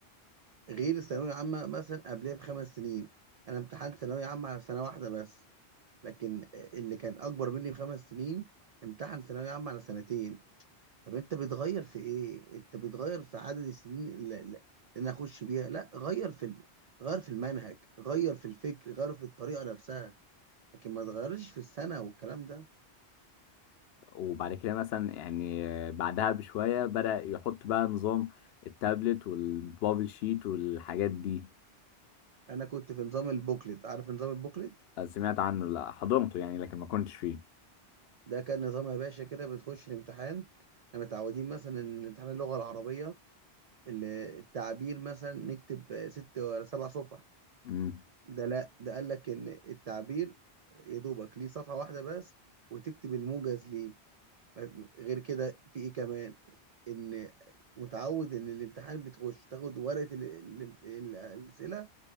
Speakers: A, on the right; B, on the left.
A: غير الثانوية العامة مثلا قبلها بخمس سنين انا امتحنت ثانوية عامة على سنة واحدة بس لكن اللي كان اكبر مني بخمس سنين امتحن ثانوية عامة على سنتين طب انت بتغير في ايه انت بتغير في عدد السنين اللي, اللي انا اخش بيها لا غير في ال... غير في المنهج غير في الفكر غير في الطريقه نفسها لكن ما تغيرش في السنه والكلام ده
B: وبعد كده مثلا يعني بعدها بشوية بدأ يحط بقى نظام التابلت والبابل شيت والحاجات دي
A: انا كنت في نظام البوكلت عارف نظام البوكلت
B: آه، سمعت عنه لا حضرته يعني لكن ما كنتش فيه
A: ده كان نظام يا باشا كده بتخش الامتحان احنا متعودين مثلا ان امتحان اللغه العربيه ال- التعبير مثلا نكتب ست ولا سبع صفح
B: امم
A: ده لا ده قال لك ان التعبير يا دوبك ليه صفحه واحده بس وتكتب الموجز ليه غير كده في ايه كمان ان متعود ان الامتحان بتخش تاخد ورقه ال- ال- ال- الاسئله